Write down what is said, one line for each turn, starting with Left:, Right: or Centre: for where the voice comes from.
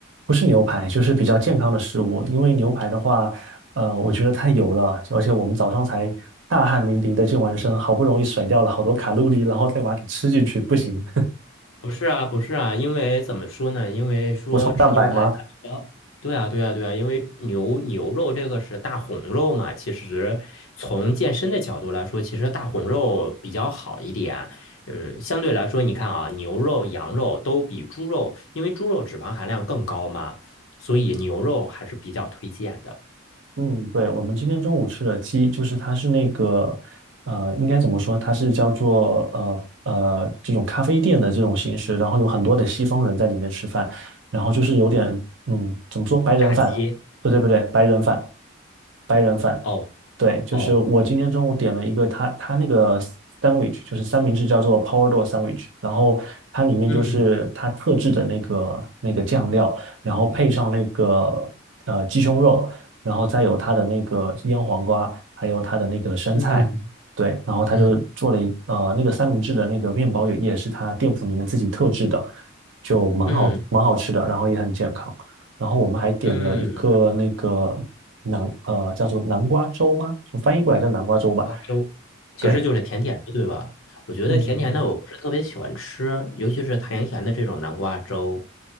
Right: 不是牛排，就是比较健康的食物，因为牛排的话，呃，我觉得太油了，而且我们早上才大汗淋漓的健完身，好不容易甩掉了好多卡路里，然后再把它给吃进去，不行，
Left: 不是啊，不是啊，因为怎么说呢？因为说吃牛排它比较，
Right: <laughs> 补充蛋白吗？
Left: 对啊，对啊，对啊，因为牛牛肉这个是大红肉嘛，其实从健身的角度来说，其实大红肉比较好一点。嗯，相对来说，你看啊，牛肉、羊肉都比猪肉，因为猪肉脂肪含量更高嘛，所以牛肉还是比较推荐的。
Right: 嗯，对，我们今天中午吃的鸡，就是它是那个，呃，应该怎么说？它是叫做呃呃这种咖啡店的这种形式，然后有很多的西方人在里面吃饭，然后就是有点，嗯，怎么说白人饭？
Left: 炸鸡。
Right: 不对不对，白人饭，白人饭，
Left: 哦，
Right: 对，就是我今天中午点了一个它它那个
Left: 哦，
Right: sandwich，就是三明治叫做 p o w e r d o sandwich，然后它里面就是它特制的那个那个酱料，
Left: 嗯
Right: 然后配上那个呃鸡胸肉。然后再有它的那个腌黄瓜，还有它的那个生菜，
Left: 嗯
Right: 对，然后他就做了一呃那个三明治的那个面包也也是他店铺里面自己特制的，
Left: 嗯
Right: 就蛮好蛮好吃的，
Left: 嗯
Right: 然后也很健康。然后我们还点了一个那个南呃叫做南瓜粥吗？
Left: 嗯，
Right: 就翻译过来叫南瓜粥吧。
Left: 花粥其实就是甜甜的，
Right: 对，
Left: 对吧？我觉得甜甜的我不是特别喜欢吃，
Right: 嗯，
Left: 尤其是甜甜的这种南瓜粥。